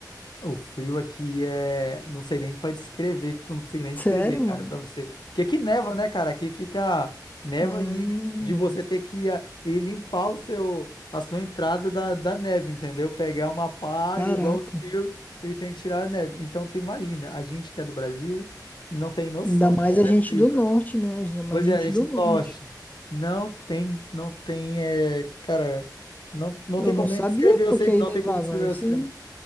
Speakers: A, on the left (about 80°); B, on the left (about 20°).
A: O frio aqui é. Não sei nem pra descrever, não consigo nem
B: <laughs>
A: descrever,
B: Sério,
A: cara,
B: mano?
A: pra você. Porque aqui neva, né, cara? Aqui fica neva
B: Ah,
A: e de você ter que ir, a- ir limpar o seu... a sua entrada da... da neve, entendeu? Pegar uma pá,
B: caraca.
A: igual os fios, e tem que tirar a neve. Então, tu imagina, a gente que é do Brasil não tem noção
B: Ainda mais
A: de como
B: a gente
A: é frio,
B: do
A: cara.
B: norte, né? Ainda mais
A: Pois
B: a gente
A: é, a gente
B: do
A: do
B: norte.
A: norte. Não tem, não tem, é, cara, não, não
B: Eu
A: tem como
B: não sabia
A: nem descrever,
B: porque
A: eu sei, não
B: aí nevava.
A: tem como descrever
B: Aí sim.
A: o crime.